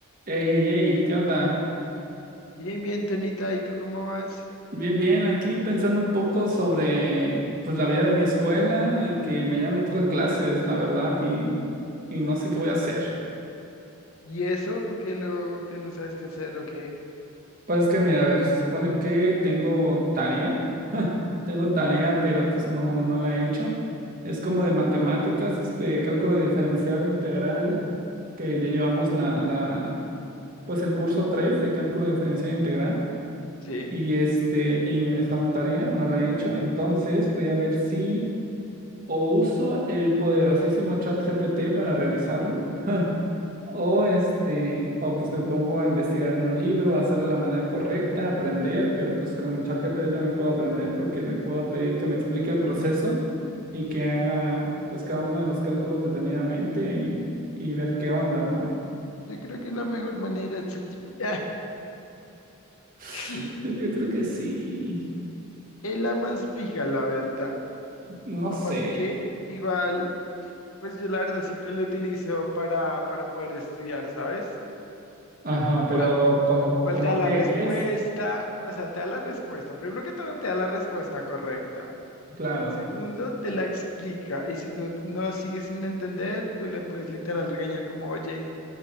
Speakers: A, on the right (about 40°); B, on the left (about 65°).
A: Ey, ey, ey, ¿qué onda?
B: Bien, bien, Tonita, ¿y tú cómo vas?
A: Bien, bien, aquí pensando un poco sobre pues la vida de mi escuela, eh, que mañana me toca clases, la verdad, y, y no sé qué voy a hacer.
B: ¿Y eso? Porque luego que no sabes qué hacer, ok.
A: Pues es que mira, a ver, se supone que tengo tarea, <laughs> tengo tarea, pero pues no, no la he hecho. Es como de matemáticas,
B: ¿Mm?
A: es de cálculo diferencial e integral, que ya llevamos la, la, pues el curso 3 de cálculo diferencial e integral.
B: Sí.
A: Y este, y me dejaron tarea, no la he hecho. Entonces voy a ver si o uso el poderosísimo chat GPT para realizarlo. <laughs> O este, o pues me pongo a investigar en un libro, hacerlo de la manera correcta, aprender, pero pues con chat ChatGPT también puedo aprender porque le puedo pedir que me explique el proceso y que haga pues cada uno de los cálculos detenidamente y, y ver qué onda, ¿no?
B: Yo creo que la mejor manera es ChatGPT.
A: <laughs>
B: <laughs>
A: Yo creo que sí,
B: Es la más fija, la verdad.
A: no
B: Aparte
A: sé.
B: que igual, pues yo la verdad siempre lo utilizo para, para poder estudiar, ¿sabes?
A: Ajá, pero
B: ¿Cuál,
A: como,
B: cuál
A: como
B: te da la
A: que,
B: respuesta?
A: ¿qué es?
B: O sea, te da la respuesta. Primero que todo, te da la respuesta correcta.
A: Claro,
B: Segundo, te la explica. Y si tú no sigues sin entender, tú le puedes literal regañar como, oye,